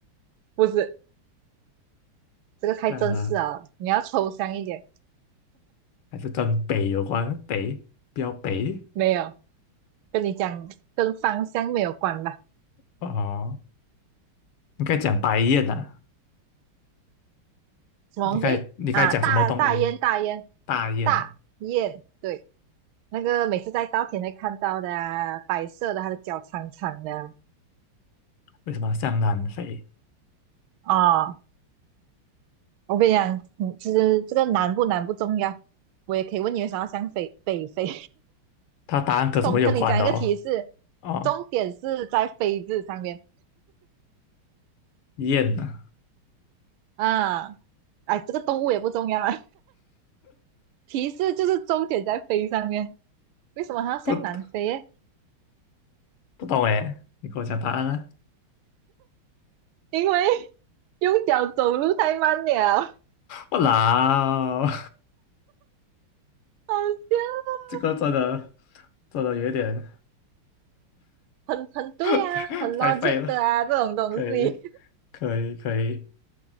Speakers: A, on the right; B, on the left.
A: 不是，这个太正式啊，
B: 这样呢，
A: 你要抽象一点。
B: 还是跟北有关，北，标北
A: 没有，跟你讲，跟芳香没有关吧？
B: 哦，应该讲白雁啊，
A: 什么东西啊？
B: 你该你该讲什么动物？
A: 大大雁，大雁，
B: 大雁，
A: 大雁，对，那个每次在稻田会看到的啊白色的，它的脚长长的
B: 为什么像南非？
A: 啊。哦我跟你讲，嗯，其实这个难不难不重要，我也可以问你为什么要想北北飞。
B: 它答案跟什么有关的哦？
A: <laughs> 中跟你讲一个提示，
B: 哦，
A: 重点是在“飞”字上面
B: 雁啊，
A: 啊。哎，这个动物也不重要啊。提示就是重点在飞上面，为什么它要向南飞耶？
B: 不不懂诶，你给我讲答案啊！
A: 因为 <laughs> 用脚走路太慢了，好
B: 我老，
A: 笑，
B: <laughs> 这个真的真的有点
A: 很很对啊，
B: <laughs>
A: 很 logic
B: 太废了，
A: 的啊，这种东西。
B: 可以可以可以